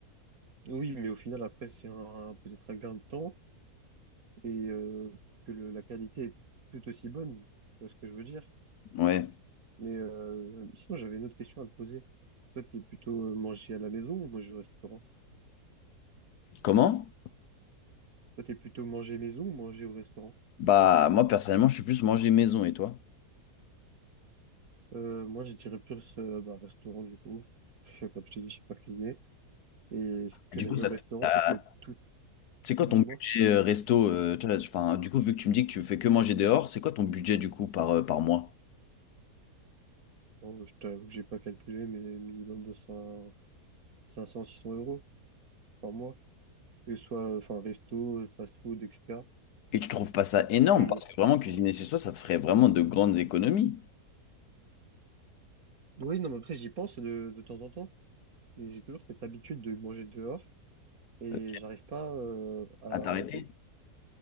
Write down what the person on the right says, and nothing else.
oui, mais au final, après, c'est un, peut-être un gain de temps et euh, que le- la qualité est tout aussi bonne, tu vois ce que je veux dire?
Mais euh, sinon, j'avais une autre question à te poser. Toi, t'es plutôt euh, manger à la maison ou manger au restaurant?
Toi, t'es plutôt manger maison ou manger au restaurant?
Euh, moi, je dirais plus euh, bah, restaurant du coup. Je, comme je t'ai dit, je sais pas cuisiner. Et ce que
j'aime
bien
au restaurant,
c'est que tout,
dis-moi,
Oh, je t'avoue que j'ai pas calculé, mais minimum de 5, 500-600 euros par mois, que ce soit euh, enfin resto, fast-food, etc.
Parce que je,
oui, non, mais après j'y pense de, de temps en temps, mais j'ai toujours cette habitude de manger dehors et
j'arrive pas euh, à
arrêter.